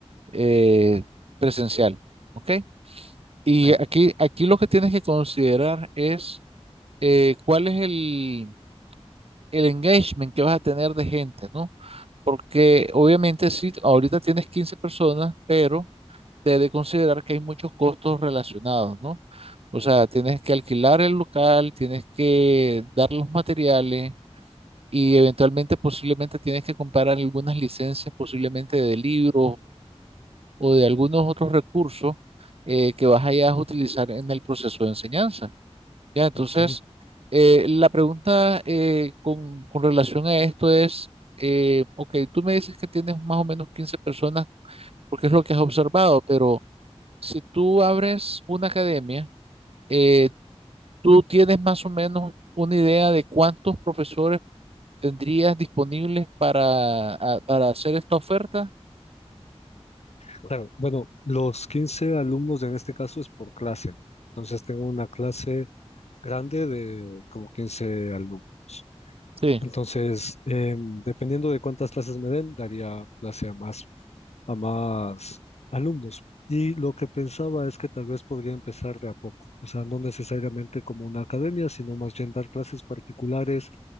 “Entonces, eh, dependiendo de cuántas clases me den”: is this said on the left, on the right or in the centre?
Left